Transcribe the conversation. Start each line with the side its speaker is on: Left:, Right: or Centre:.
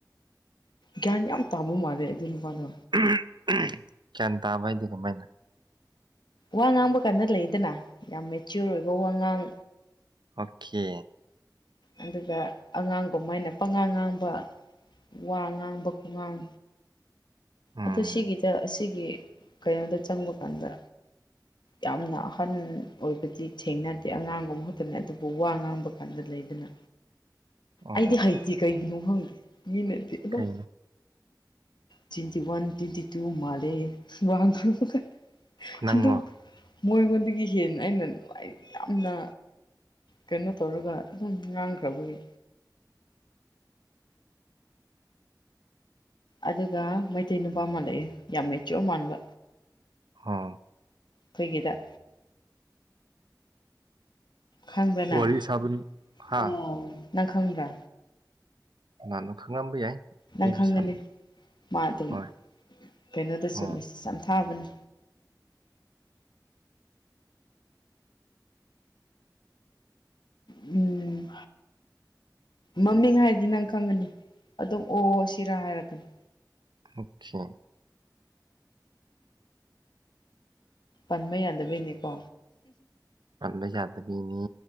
Left: ꯒ꯭ꯌꯥꯟ ꯌꯥꯝ ꯇꯥꯕ ꯃꯥꯜꯂꯦ ꯑꯗꯨ ꯅꯨꯄꯥꯗꯣ
Right: ꯎꯝ ꯎꯝ ꯒ꯭ꯌꯥꯟ ꯇꯥꯕ ꯍꯥꯏꯗꯤ ꯀꯃꯥꯏꯅ
Left: ꯋꯥ ꯉꯥꯡꯕ ꯀꯥꯟꯗ ꯂꯩꯗꯅ ꯌꯥꯝ ꯃꯦꯆꯤꯌꯣꯔ ꯑꯣꯏꯕ ꯋꯥ ꯉꯥꯡ
Right: ꯑꯣꯈꯦ
Left: ꯑꯗꯨꯒ ꯑꯉꯥꯡꯒꯨꯝꯃꯥꯏꯅ ꯄꯉꯥꯡ ꯉꯥꯡꯕ ꯋꯥ ꯉꯥꯡꯕ ꯈꯨꯉꯥꯡ
Right: ꯎꯝ
Left: ꯑꯗꯨ ꯁꯤꯒꯤꯗ ꯑꯁꯤꯒꯤ ꯀꯩꯅꯣꯗ ꯆꯪꯕ ꯀꯥꯟꯗ
Right: <inaudible>
Left: ꯌꯥꯝꯅ ꯑꯍꯟ ꯑꯣꯏꯕꯗꯤ ꯊꯦꯡꯅꯗꯦ ꯑꯉꯥꯡ ꯃꯍꯨꯠꯇꯅꯦ ꯑꯗꯨꯕꯨ ꯋꯥ ꯉꯥꯡꯕ ꯀꯥꯟꯗ ꯂꯩꯗꯅ
Right: <inaudible> ꯑꯣ
Left: ꯑꯩꯗꯤ ꯍꯩꯇꯦ ꯀꯩꯒꯤꯅꯣ ꯈꯪꯗꯦ ꯃꯤꯅꯗꯤ ꯑꯗꯨꯝ
Right: ꯀꯩꯅꯣ
Left: ꯇꯤꯟꯇꯤ ꯋꯥꯟ ꯇ꯭ꯋꯦꯟꯇꯤ ꯇꯨ ꯃꯥꯂꯦ ꯋꯥ ꯉꯥꯡꯕꯗ
Right: ꯅꯪꯔꯣ
Left: ꯑꯗꯨꯝ ꯃꯣꯏꯉꯣꯟꯗꯒꯤ ꯍꯦꯟꯅ ꯑꯩꯅ ꯅꯨꯡꯉꯥꯏ ꯌꯥꯝꯅ ꯀꯩꯅꯣ ꯇꯧꯔꯒ ꯑꯗꯨꯝ ꯉꯥꯡꯈ꯭ꯔꯥꯕꯒꯤ ꯑꯗꯨꯒ ꯃꯩꯇꯩ ꯅꯨꯄꯥ ꯃꯜꯂꯛꯑꯦ ꯌꯥꯝ ꯃꯦꯆꯌꯣꯔ ꯃꯥꯟꯕ
Right: ꯍꯥ
Left: ꯈꯣꯏꯒꯤꯗ ꯈꯪꯕ꯭ꯔꯥ ꯅꯪ
Right: ꯋꯥꯔꯤ ꯁꯥꯕ ꯍꯥ
Left: ꯑꯣ ꯅꯪ ꯈꯪꯕ꯭ꯔꯥ
Right: ꯀꯅꯥꯅꯣ ꯈꯪꯂꯝꯕ ꯌꯥꯏ
Left: ꯅꯪ
Right: ꯑꯩꯁꯨ
Left: ꯈꯪꯒꯅꯤ
Right: ꯁꯥꯟ
Left: ꯃꯥ ꯑꯗꯨꯝ
Right: ꯍꯣꯏ
Left: ꯀꯩꯅꯣꯗꯁꯨ
Right: ꯑꯣ
Left: ꯃꯦꯁꯦꯁ ꯌꯥꯝ ꯊꯥꯕꯅꯤ ꯎꯝ ꯃꯃꯤꯡ ꯍꯥꯏꯗꯤ ꯅꯪ ꯈꯪꯉꯅꯤ ꯑꯗꯨꯝ ꯑꯣ ꯁꯤꯔꯥ ꯍꯥꯏꯔꯛꯀꯥꯅꯤ
Right: <unintelligible>
Left: ꯄꯟꯕ ꯌꯥꯗꯕꯩꯅꯦꯀꯣ
Right: ꯄꯟꯕ ꯌꯥꯗꯕꯤꯅꯤ